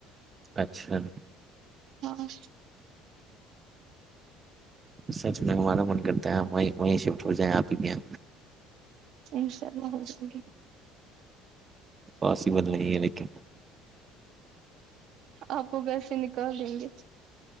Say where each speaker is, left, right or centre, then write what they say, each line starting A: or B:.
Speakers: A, on the right; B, on the right.
A: اچھا
B: ہاں
A: سچ میں ہمارا من کرتا ہے وہیں وہیں شفٹ ہو جائےیں آپ ہی کیا
B: انشاء اللہ ہو جائے گے
A: پاسبل نہیں ہے لیکن
B: آپ وہ ویسے نکال دیں گے